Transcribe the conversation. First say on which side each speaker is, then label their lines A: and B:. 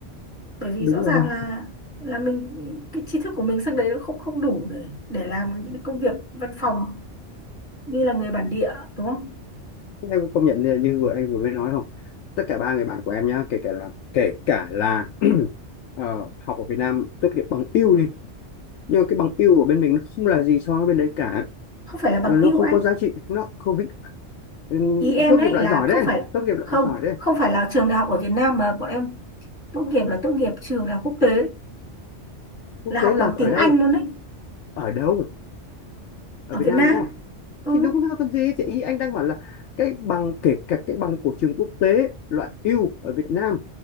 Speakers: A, on the left; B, on the left.
A: bởi vì
B: đúng
A: rõ ràng
B: rồi
A: là là mình cái tri thức của mình sang đấy nó không không đủ để để làm những cái công việc văn phòng như là người bản địa đúng không
B: em có công nhận như, như vừa anh vừa mới nói không tất cả ba người bạn của em nhá kể cả là kể cả là <clears throat> ờ, học ở Việt Nam tốt nghiệp bằng yêu đi nhưng mà cái bằng yêu ở bên mình nó không là gì so với bên đấy cả
A: không phải là bằng
B: Ờ, nó
A: yêu
B: không
A: anh
B: có giá trị nó không vĩ ừ,
A: ý em
B: tốt
A: đấy
B: nghiệp loại
A: là
B: giỏi đấy
A: không phải
B: tốt nghiệp loại
A: không
B: giỏi đấy
A: không phải là trường đại học ở Việt Nam mà bọn em tốt nghiệp là tốt nghiệp trường đại học quốc tế
B: quốc
A: là học
B: tế là
A: bằng tiếng
B: ở đâu
A: Anh luôn đấy
B: ở đâu ở
A: ở
B: Việt
A: Việt
B: Nam
A: Nam
B: đúng không
A: ừ.
B: thì đúng rồi còn gì thì ý anh đang bảo là cái bằng kể cả cái bằng của trường quốc tế loại ưu ở Việt Nam